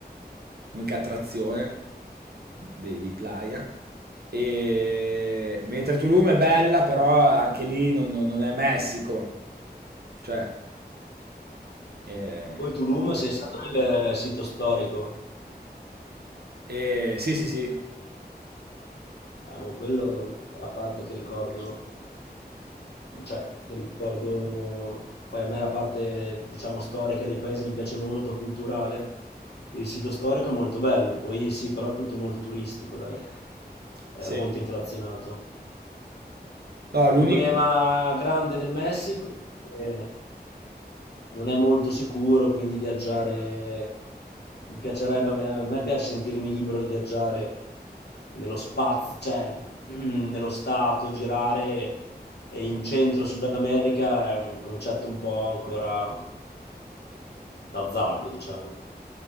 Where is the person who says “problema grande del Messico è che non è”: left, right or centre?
Left